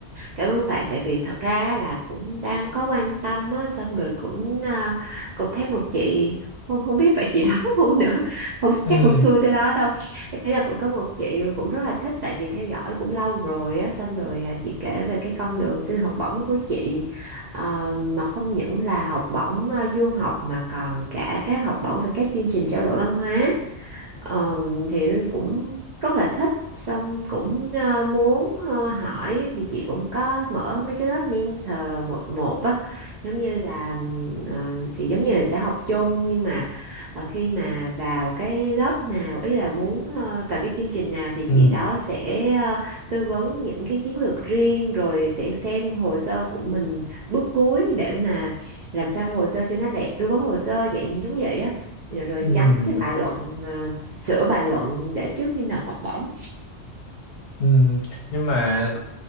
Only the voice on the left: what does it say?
ừ
ừ
ừ
ừ nhưng mà